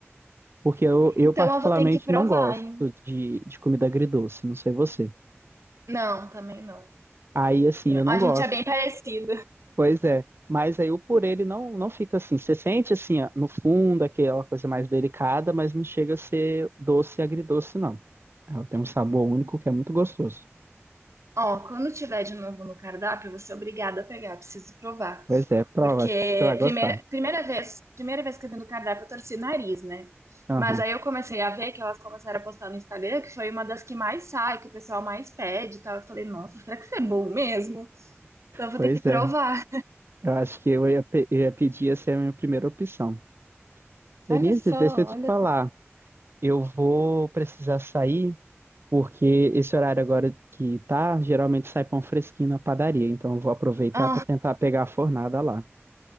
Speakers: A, on the right; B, on the right.
A: Porque eu, eu
B: então
A: particularmente
B: eu vou ter que provar,
A: não gosto
B: hein?
A: de, de comida agridoce, não sei você.
B: Não, também não.
A: Aí, assim,
B: Também-
A: eu não
B: A
A: gosto.
B: gente é bem parecido.
A: Pois é, mas aí o purê ele não, não fica assim. Você sente assim, ó, no fundo, aquela coisa mais delicada, mas não chega a ser doce e agridoce, não. Ela tem um sabor único que é muito gostoso.
B: Ó, quando tiver de novo no cardápio, você é obrigada a pegar, preciso provar.
A: Pois é, prova,
B: Porque
A: acho que você vai gostar.
B: primeira, primeira vez, primeira vez que eu vi no cardápio, eu torci o nariz, né?
A: Aham,
B: Mas aí eu comecei a ver que elas começaram a postar no Instagram, que foi uma das que mais sai, que o pessoal mais pede e tal. Eu falei, nossa, será que isso é bom mesmo? Então eu vou
A: Pois
B: ter que provar.
A: é, eu acho que eu ia, pe- eu ia pedir essa é a minha primeira opção. Denise,
B: Olha só,
A: deixa eu te
B: olha
A: falar,
B: só.
A: eu vou precisar sair, porque esse horário agora que tá, geralmente sai pão fresquinho na padaria, então eu vou aproveitar
B: Ah,
A: para tentar pegar a fornada lá.